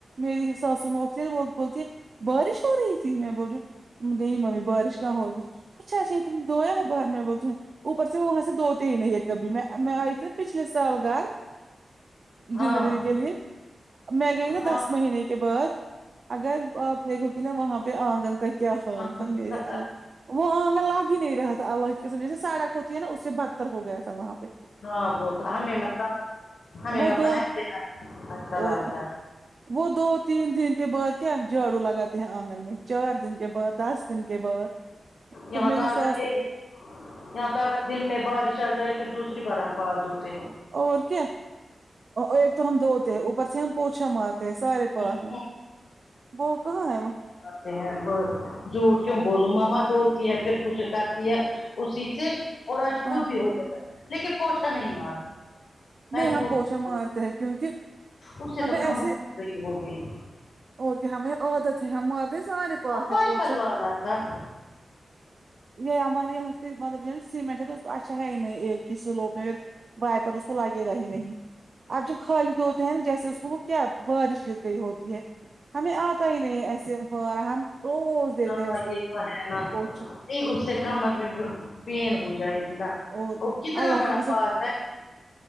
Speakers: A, on the right; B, on the left.
A: میری ساسو ماں اٹھتی نہ بولتی ہے بارش ہو رہی تھی میں بول رہی نہیں ممی بارش کہاں ہو رہی اچھا سے تم دویا ہے بعد میں بولتے ہیں اوپر سے وہاں سے دھوتے نہیں ہے کبھی میں میں آئی تھی پچھلے سال گھر
B: ہاں
A: ڈلیوری کے لیے میں گئی نا
B: ہاں
A: دس مہینے کے بعد اگر آپ دیکھو گی نا وہاں پے آنگن کیا
B: دیا
A: حال تھا میرے اللہ وہ آنگن لگ ہی نہیں رہا تھا اللہ کی قسم جیسے سڑک ہوتی ہے نا اس سے بدتر ہو گیا تھا وہاں پے
B: ہاں وہ تو ہمیں مطلب ہمیں
A: وہ
B: مطب
A: دو
B: ایسے اچھا لگتا
A: اور
B: ہے
A: وہ دو تین دن کے بعد کیا جھاڑو لگاتے ہیں آنگن میں چار دن کے بعد دس دن کے بعد پھر
B: یہاں
A: میری
B: تو اگر
A: ساس
B: یے یہاں تو اگر دن میں بارش آ جائی پھر دوسری بار ہم پارتھ ہوتے ہیں
A: اور کیا ایک تو ہم دوھتے اوپر سے ہم پوچھا مار سارے
B: ہوں
A: پاتھ میں وہ کہاں ہے وہ
B: اتے ہیں با جھوٹ کیوں بولوں ماما دھتی ہے پھر کچھ کرتی ہے اسی سے اور آج
A: ہاں
B: خود بھی ہو جاتا ہے لیکن پوچا نہیں مار میں
A: نہیں
B: جھوٹ
A: ہم پوچھا
B: بول
A: مارتے ہیں کیونکہ
B: اس سے
A: ہمیں
B: تو
A: ایسے
B: خھمبہ صحیح ہو گئی
A: اور کیا ہمیں عادت ہے ہمارتے سارے پاتھ
B: اب
A: میں
B: پائی
A: پوچھا
B: پر لانا تھا
A: یے ہمارے یہاں پے مطلب سیمینٹ ہے اچھا ہے ہی نہیں ایک ہی سیلوپ میں بائے پر اس کو لگے گا ہی نہیں اب جو خالی دھو تے ہیں نا جیسے اس کو وہ کیا بارش گر گئی ہوتی ہے ہمیں آتا ہی نہیں ہے ایسے فارا ہم روز دیتے
B: ہاں
A: ہیں اس کو
B: یہ تو ہے نا
A: پوچھا
B: نہیں اس سے کمر میں پین ہو جائے گی نا
A: اور
B: وہ کتنا
A: اللہ
B: بڑا
A: کی قسم
B: پاتھ ہے